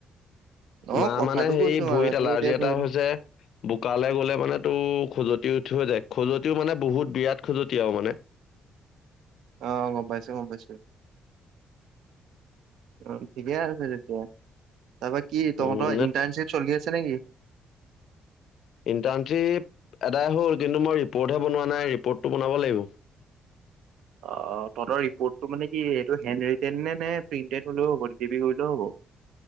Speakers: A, on the right; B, on the left.
A: অ
B: মা
A: কথাটো
B: মানে হেই
A: কৈছো
B: ভৰিত
A: মানে তোৰ
B: এলাৰ্জি
A: এতিয়া
B: এটা
A: ধৰি
B: হৈছে
A: ল
B: বোকালে গ'লে মানে তো খজুৱতি উঠৈ যায় খজুৱতিও মানে বহুত বিৰাট খজুৱতি আৰু মানে
A: অ গম পাইছো গম পাইছো অ ঠিকে আছে তেতিয়া তাৰপৰা কি তহঁতৰ
B: উম নে
A: ইণ্টাৰ্ণশ্বিপ চলি আছে নেকি
B: ইণ্টাৰ্ণশ্বিপ এদাই হ'ল কিন্তু মই ৰিপৰ্টহে বনোৱা নাই ৰিপৰ্টটো বনাব লাগিব
A: অ তহতৰ ৰিপৰ্টটো মানে কি এইটো হেণ্ড ৰিটেন নে নে প্ৰিণ্টেড হলেও হ'ব ডিটিপি কৰিলেও হ'ব